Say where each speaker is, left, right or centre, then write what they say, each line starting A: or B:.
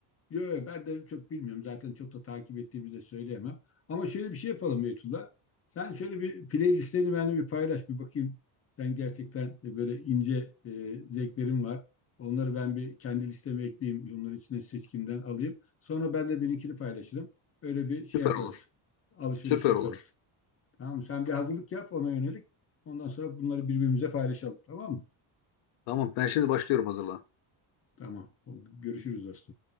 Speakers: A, on the left; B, on the left.
A: Yo, yo, ben de çok bilmiyorum. Zaten çok da takip ettiğimi de söyleyemem. Ama şöyle bir şey yapalım Beytullah. Sen şöyle bir playlistlerini benimle bir paylaş. Bir bakayım. Ben gerçekten böyle ince e, zevklerim var. Onları ben bir kendi listeme ekleyeyim. Onların içine seçkimden alayım. Sonra ben de benimkini paylaşırım. Öyle bir şey
B: Süper
A: yaparız.
B: olur.
A: Alışveriş
B: Süper
A: yaparız.
B: olur.
A: Tamam mı? Sen bir hazırlık yap ona yönelik. Ondan sonra bunları birbirimize paylaşalım. Tamam mı?
B: Tamam ben şimdi başlıyorum hazırlan.
A: Tamam. Oldu. Görüşürüz dostum.